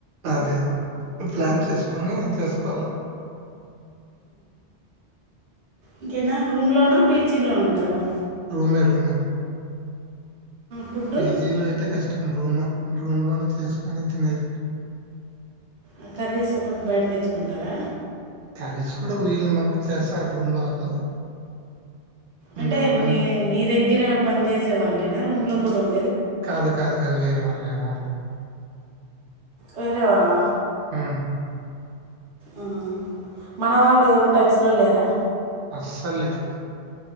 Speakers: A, on the right (about 55°); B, on the right (about 75°).
A: అదే ప్లాన్ చేసుకొని చేసుకోల
B: ఇంకేనా రూమ్ లో నా పీజీలో ఉంటావా
A: రూమే రూమే
B: ఫుడ్
A: పీజీలో అయితే కష్టం రూమే రూమ్ లోనే చేసుకొని తినేది
B: ఆ కర్రీస్ ఒకటి బయట తెచ్చుకుంటారా
A: కర్రీస్ కూడా వీలున్నప్పుడు చేస్తారు రూమ్ లో వాళ్ళు ఇంకా
B: అంటే
A: ఒకవేళ-
B: నీ నీ దగ్గర పని చేేసే వాళ్ళేనా రూమ్ లో కూడా ఉం
A: కాదు కాదు కాదు వేరే వాళ్ళు వేరే వాళ్ళు
B: వేరే వాళ్ళ
A: ఆ
B: ఆ మన వాళ్ళు ఎవరు టచ్ లో లేరా
A: అస్సలు లేరు